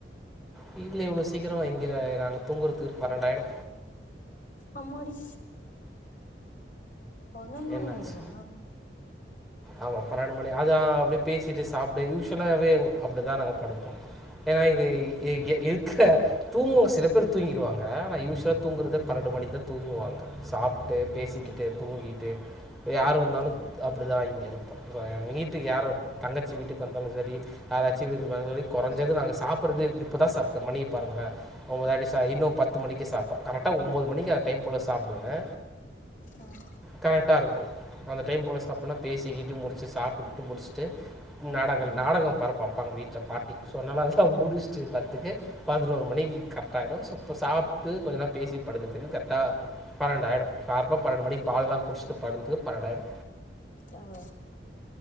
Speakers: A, in the centre; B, on the left.
A: வீட்ல இவ்ளோ சீக்கிரமா இங்க நாங்க தூங்குறதுக்கு பன்ணென்டாயிடு
B: அம்மாடி பன்ணென்டு மணி
A: என்னாச்சு
B: ஆயிடுமா
A: ஆமா பன்ணென்டு மணி அத அப்படியே பேசிட்டு சாப்பிடு யூஷுலாவே அப்டிதா நாங்க படுப்போ ஏனா இது எ எ இருக்க தூங்குவோ சில பேர் தூங்கிடுவாங்க யூஸ்லா தூங்கறதே பன்ணென்டு மணிக்கு தா தூங்குவாங்க சாப்ட்டு பே சிக்கிட்டு
B: அ
A: தூங்கீட்டு யாரு வந்தாலு
B: ஆ
A: அப்படிதா இங்க இருப்ப அ வீட்டுக்கு யாரு தங்கச்சி வீட்டுக்கு வந்தாலு சரி ஆராச்சு வீட்டுக்கு வந்தாலு கொறஞ்சது
B: ம்
A: நாங்க சாப்பிட்றது இப்ப தா சாப்ட்டே மணிய பாருங்ளே ஒம்பதாயிடுச்சா இன்னு பத்து மணிக்கு சாப்ட்ட கரட்டா ஒம்போது மணிக்கு அந்த டைம் போல சாப் பிடுவே
B: ம்
A: கரட்டா இருக்கு அந்த டைம் போல சாப்ட்னா பேசிக்கிட்டு முடிச்சு சாப்ட்டுகிட்டு முடிச்சுட்டு நாடகள்
B: ஆ
A: நாடகோ பரப்பப்பாங்க வீட்ல பாட்டி சோ அதனால அதல்லா முடிச்சிட்டு பத்துக்கு பதினோரு மணிக்கு கரட்டாயிடு சோ இப்ப சாப்ட்டு கொஞ்ச நேரோ பேசிட் படுக்கறது கர்ட்டா பன்ணெண்டாய்டு சார்ப்பா பன்ணெண்டு மணிக்கு பால்ல்லா குடிச்சிட்டு படுத்து பன்ணெண்டாய்டு
B: ஆ